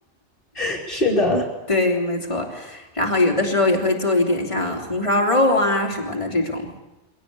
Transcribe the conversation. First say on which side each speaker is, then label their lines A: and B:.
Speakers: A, on the left (about 50°); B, on the left (about 25°).
A: <laughs> 是的。
B: <laughs> 对，没错。然后有的时候也会做一点像红烧肉啊什么的这种。